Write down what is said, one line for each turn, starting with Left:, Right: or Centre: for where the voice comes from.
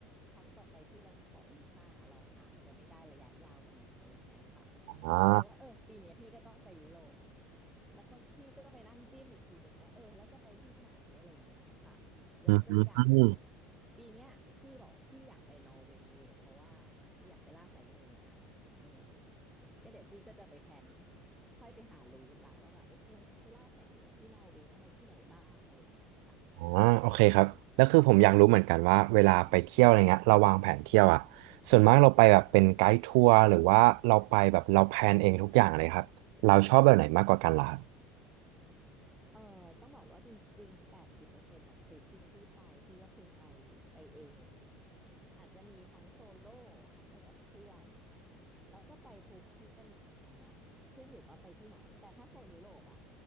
Centre: ครั้งต่อไปที่เราขอวีซ่าเราอาจจะไม่ได้ระยะยาวอีกอะไรเงี้ยค่ะ
Right: อ่า
Centre: ก็เลยว่าเออปีเนี้ยพี่ก็ต้องไปยุโรปแล้วก็พี่ก็ไปนั่งจิ้มอีกทีหนึ่งว่าเออแล้วจะไปที่ไหนอะไรอย่างเงี้ยค่ะยกตัวอย่างแบบ
Right: อืม
Centre: ปีเนี้ยพี่บอกว่าพี่อยากไปนอร์เวย์เพราะว่าพี่อยากไปล่าแสงเหนืออืมก็เดี๋ยวพี่ก็จะไปแพลน ค่อยไปหารูทละว่าแบบโอเคครับไปล่าแสงเหนือที่นอร์เวย์ต้องไปที่ไหนบ้างอะไรอย่างเงี้ยค่ะ
Right: อ๋อโอเคครับแล้วคือผมอยากรู้เหมือนกันว่าเวลาไปเที่ยวอะไรเงี้ยเราวางแผนเที่ยวอ่ะส่วนมากเราไปแบบเป็นไกด์ทัวร์หรือว่าเราไปแบบเราแพลนเองทุกอย่างเลยครับเราชอบแบบไหนมากกว่ากันล่ะครับ
Centre: เอ่อต้องบอกว่าจริงๆแปดสิบเปอร์เซ็นต์ของทริปที่พี่ไปพี่ก็คือไปไปเองอาจจะมีทั้งโซโล่ทั้งไปกับเพื่อนแล้วก็ไปทัวร์พี่ก็มีขึ้นอยู่ว่าไปที่ไหนแต่ถ้าโซนยุโรปอะ